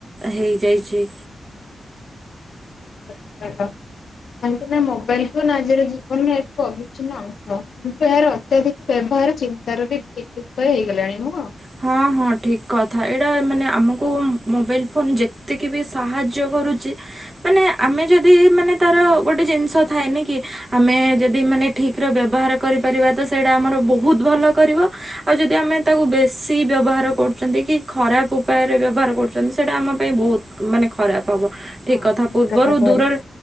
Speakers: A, on the right; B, on the left.
A: ହେଇଯାଇଚି।
B: <inaudible> କାହିଁକି ନା ମୋବାଇଲ୍ ଫୋନ୍ ଆଜିର ଜୀବନର ଏକ ଅବିଚ୍ଛିନ୍ନ ଅଂଶ କିନ୍ତୁ ଏହାର ଅତ୍ୟଧିକ୍ ବ୍ୟବହାର ଚିନ୍ତାର ବି ଠିକ୍ ଉପାୟ ହେଇଗଲାଣି ନୁହଁ।
A: ହଁ, ହଁ, ଠିକ କଥା ଏଇଟା ମାନେ ଆମକୁ ମୋବାଇଲ୍ ଫୋନ୍ ଯେତିକି ବି ସାହାଯ୍ୟ କରୁଚି ମାନେ ଆମେ ଯଦି, ମାନେ ତାର ଗୋଟେ ଜିନ୍ଷ ଥାଏନିକି, ଆମେ ଯଦି ମାନେ ଠିକ୍ ର ବ୍ୟବହାର କରି ପାରିବା ତ ସେଡା ଆମର ବୋହୁତ୍ ଭଲ କରିବ, ଆଉ ଯଦି ଆମେ ତାକୁ ବେଶ୍ ସି ବ୍ୟବହାର କରୁଛନ୍ତି କି ଖରାପ୍ ଉପାୟରେ ବ୍ୟବହାର କରୁଛନ୍ତି ସେଇଟା ଆମ ପାଇଁ ବହୁତ, ମାନେ ଖରାପ ହବ।
B: ହଁ
A: ଠିକ୍ କଥା।
B: ଠିକ
A: ପୂର୍ବରୁ
B: କହିଲେ।
A: ଦୂରରେ,